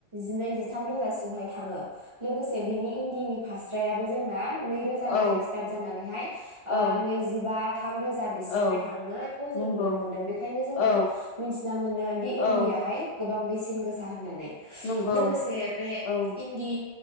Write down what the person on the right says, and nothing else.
जिनै, जिथाम रोजासिम हाइ थाङो। लोगोसे बिनि इन्दिनि फास्रायाबो जोंना नैरोजानिफ्राय
स्टार्ट जानानैहाय ओ
नैजिबा थाम रोजा बिसिमहाय
थांनायखौ जों
नुनो मोनदों बेखायनो जोङो
मिथिना मोनो दि इन्डियाहाय
गोबां बेसेन गोसा होननानै।
लोगोसे बे
इन्दि